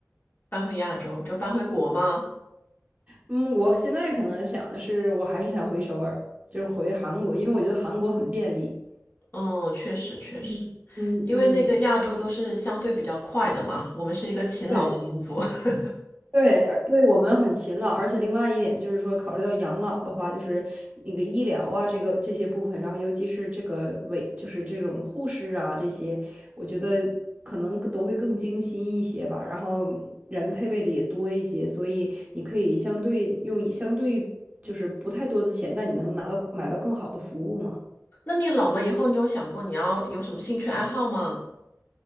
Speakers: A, on the left; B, on the right.
A: 搬回亚洲就搬回国吗？
B: 嗯，我现在可能想的是，我还是想回首尔，就是回韩国，因为我觉得韩国很便利。
A: 嗯，确实确实，
B: 嗯嗯嗯，
A: 因为那个亚洲都是相对比较快的嘛，我们是一个勤劳的民族。
B: 对。
A: <laughs>
B: 对，而对我们很勤劳，而且另外一点就是说，考虑到养老的话，就是那个医疗啊，这个这些部分，然后尤其是这个委，就是这种护士啊这些，我觉得可能都会更精心一些吧，然后人配备的也多一些，所以你可以相对用相对就是不太多的钱，但你能拿到买到更好的服务嘛。
A: 那你老了以后，你有想过你要有什么兴趣爱好吗？